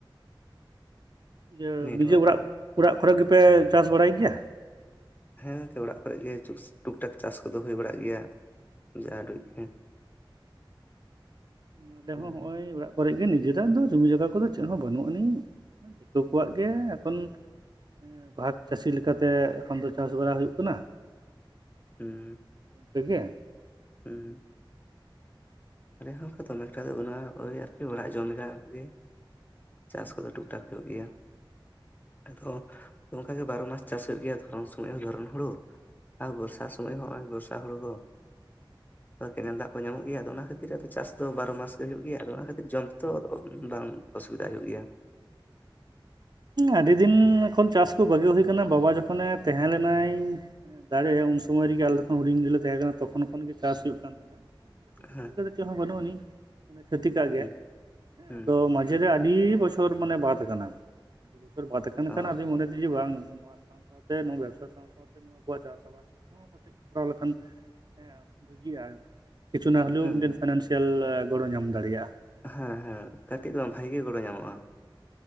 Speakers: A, on the right (about 55°); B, on the left (about 20°).
A: ᱤᱭᱟᱹ
B: ᱱᱮᱴᱣᱟᱨ
A: ᱱᱤᱡᱮ
B: ᱨᱮᱭᱟᱜ
A: ᱚᱲᱟᱜ,
B: ᱫᱚ
A: ᱚᱲᱟᱜ ᱠᱚᱨᱮᱜ ᱜᱮᱯᱮ ᱪᱟᱥ ᱵᱟᱲᱟᱭ ᱜᱮᱭᱟ?
B: ᱦᱮᱸ ᱜᱚᱝᱠᱮ ᱚᱲᱟᱜ ᱠᱚᱨᱮᱜ ᱜᱮ ᱪᱩᱥ ᱴᱩᱠ ᱴᱟᱠ ᱪᱟᱥ ᱠᱚᱫᱚ ᱦᱳᱭ ᱵᱟᱲᱟᱜ ᱜᱮᱭᱟ᱾ ᱡᱟ ᱩᱰᱩᱡ ᱜᱮ᱾
A: ᱱᱚᱸᱰᱮ
B: ᱦᱩᱸ
A: ᱦᱚᱸ ᱦᱚᱜ ᱚᱭ ᱚᱲᱟᱜ ᱠᱚᱨᱮᱜ ᱜᱮ ᱱᱤᱡᱮᱨᱟᱜ
B: ᱦᱩᱸ
A: ᱫᱚ ᱡᱩᱢᱤ ᱡᱟᱜᱟ ᱠᱚᱫᱚ ᱪᱮᱫ ᱦᱚᱸ ᱵᱟᱹᱱᱩᱜ ᱟᱹᱱᱤᱡ᱾ ᱫᱳᱠᱳᱣᱟᱜ ᱜᱮ ᱮᱠᱷᱚᱱ ᱮᱸ ᱵᱷᱟᱜᱽ ᱪᱟᱹᱥᱤ ᱞᱮᱠᱟᱛᱮ ᱮᱠᱷᱮᱱ ᱫᱚ ᱪᱟᱥ ᱵᱟᱨᱟ ᱦᱩᱭᱩᱜ ᱠᱟᱱᱟ,
B: ᱦᱩᱸ᱾
A: ᱴᱷᱤᱠ ᱜᱮᱭᱟ?
B: ᱦᱩᱸ᱾ ᱟᱞᱮᱭᱟᱜ ᱦᱚᱸ ᱚᱝᱠᱟ ᱫᱚᱢᱮ ᱮᱠᱴᱟ ᱫᱚ ᱵᱟᱹᱱᱩᱜᱼᱟ ᱳᱭ ᱟᱨᱠᱤ ᱚᱲᱟᱜ ᱡᱚᱢ ᱞᱮᱠᱟ ᱜᱮ᱾ ᱪᱟᱥ ᱠᱚᱫᱚ ᱴᱩᱠ ᱴᱟᱠ ᱦᱩᱭᱩᱜ ᱜᱮᱭᱟ᱾ ᱟᱫᱚ ᱚᱝᱠᱟᱜᱮ ᱵᱟᱨᱚ ᱢᱟᱥ ᱪᱟᱥ ᱦᱳᱭᱳᱜ ᱜᱮᱭᱟ ᱫᱷᱚᱨᱚᱱ ᱥᱚᱢᱚᱡ ᱦᱚᱸ ᱫᱷᱚᱨᱚᱱ ᱦᱳᱲᱳ᱾ ᱟ ᱵᱚᱨᱥᱟ ᱥᱚᱢᱚᱡ ᱦᱚᱸ ᱱᱚᱜᱼᱚᱭ ᱵᱚᱨᱥᱟ ᱦᱳᱲᱳ ᱦᱚ ᱚ ᱠᱮᱱᱮᱞ ᱫᱟᱜ ᱠᱚ ᱧᱟᱢᱚᱜ ᱜᱮᱭᱟ ᱟᱫᱚ ᱚᱱᱟ ᱠᱷᱟᱛᱤᱨ ᱟᱫᱚ ᱪᱟᱥ ᱫᱚ ᱵᱟᱨᱚ ᱢᱟᱥ ᱜᱮ ᱦᱩᱭᱩᱜ ᱜᱮᱭᱟ ᱟᱫᱚ ᱚᱱᱟ ᱠᱷᱟᱛᱤᱨ ᱡᱚᱢ ᱛᱮᱫᱚ ᱵᱟᱝ ᱚᱥᱩᱵᱤᱫᱟ ᱦᱩᱭᱩᱜ ᱜᱮᱭᱟ
A: ᱟᱹᱰᱤ ᱫᱤᱱ ᱠᱷᱚᱱ ᱪᱟᱥ ᱠᱚ ᱵᱟᱹᱜᱤ ᱦᱩᱭ ᱠᱟᱱᱟ ᱵᱟᱵᱟ ᱡᱚᱠᱷᱚᱱᱮ ᱛᱟᱦᱮᱸ ᱞᱮᱱᱟᱭ ᱫᱟᱲᱮ ᱩᱱ ᱥᱚᱢᱟᱹᱭ ᱨᱮᱜᱮ ᱟᱞᱮᱠᱷᱚᱱ ᱦᱩᱰᱤᱧ ᱨᱤᱞᱮ ᱛᱟᱦᱮᱸ ᱠᱟᱱᱟ ᱛᱚᱠᱷᱚᱱ ᱠᱷᱚᱱ ᱜᱮ ᱪᱟᱥ ᱦᱩᱭᱩᱜ ᱠᱟᱱ ᱛᱟᱦᱮᱱᱟ ᱱᱤᱡᱮᱨᱟᱜ ᱡᱚᱢᱤ
B: ᱦᱮᱸ
A: ᱡᱟᱭᱜᱟ ᱫᱚ ᱪᱮᱜ ᱦᱚᱸ ᱵᱟᱹᱱᱩᱜ ᱟᱹᱱᱤ ᱟᱱᱟ ᱪᱷᱟᱹᱛᱤᱠᱟᱜ ᱜᱮ
B: ᱦᱩᱸ
A: ᱮᱸ
B: ᱦᱩᱸ
A: ᱟᱫᱚ ᱢᱟᱡᱮ ᱨᱮ ᱟᱹᱰᱤ ᱵᱚᱪᱷᱚᱨ ᱢᱟᱱᱮ ᱵᱟᱫ ᱠᱟᱱᱟ ᱵᱚᱪᱷᱚᱨ ᱵᱟᱫ ᱠᱟᱱ
B: ᱚ
A: ᱠᱷᱟᱱ ᱟᱫᱚᱧ ᱢᱚᱱᱮᱫᱤ ᱡᱮ ᱵᱟᱝ ᱱᱚᱣᱟ ᱥᱟᱶ ᱥᱟᱶᱛᱮ ᱱᱚᱣᱟ ᱵᱮᱵᱽᱥᱟ ᱥᱟᱶ ᱥᱟᱶᱛᱮ ᱱᱚᱣᱟ ᱟᱵᱳᱣᱟᱜ ᱪᱟᱥ ᱟᱵᱟᱫ ᱦᱚᱸ ᱱᱚᱣᱟ ᱯᱟᱥᱮᱡ ᱠᱚᱨᱟᱣ ᱞᱮᱠᱷᱟᱱ ᱮᱸ ᱵᱷᱟᱹᱜᱤᱜᱼᱟ ᱠᱤᱪᱷᱩᱱᱟ ᱦᱳᱞᱮᱣ
B: ᱦᱩᱸ
A: ᱢᱤᱫᱴᱮᱱ ᱯᱷᱤᱱᱟᱱᱥᱤᱭᱟᱞ ᱜᱚᱲᱚ ᱧᱟᱢ ᱫᱟᱲᱮᱭᱟᱜᱼᱟ
B: ᱦᱮᱸ ᱦᱮᱸ ᱠᱟᱹᱴᱤᱡ
A: ᱦᱮᱸ
B: ᱫᱚ ᱵᱷᱟᱜᱤ ᱜᱚᱲᱚ ᱧᱟᱢᱚᱜᱼᱟ